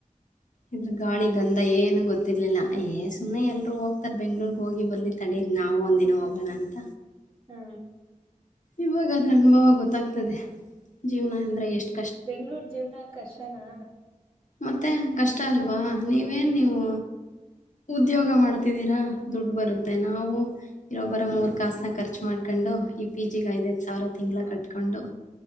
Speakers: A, on the left; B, on the right.
A: ಇದ್ರ್ ಗಾಳಿ ಗಂಧ ಏನು ಗೊತ್ತಿರ್ಲಿಲ್ಲ ಏ ಸುಮ್ಮನೆ ಎಲ್ರೂ ಹೋಗ್ತಾರ ಬೆಂಗ್ಳೂರ್ಗ್ ಹೋಗಿ ಬರ್ಲಿ ತಡೀರಿ ನಾವವು ಒಂದಿನ ಹೋಗೋಣ ಅಂತ.
B: ಹಾ
A: ಇವಾಗಾದದ್ರ ಅನುಭವ ಗೊತ್ತಾಗ್ತದೆ ಜೀವನ ಅಂದ್ರೆ ಎಷ್
B: ಬೆಂಗ್ಳೂರ್ ಜೀವ್ನ ಕಷ್ಟನಾ
A: ಮತ್ತೆ ಕಷ್ಟ ಅಲ್ವಾ ನೀವೇನ್ ನೀವು ಉದ್ಯೋಗ ಮಾಡ್ತಿದ್ದೀರಾ ದುಡ್ಡು ಬರುತ್ತೆ ನಾವು ಇರೊಬ್ಬರ ಮೂರ್ ಕಾಸನ ಖರ್ಚು ಮಾಡ್ಕೊಂಡು ಪಿ ಜಿ ಗಾವತ್ ಸಾವಲ ತಿಂಗಳ
B: ಹಾ
A: ಕಟ್ಕೊಂಡು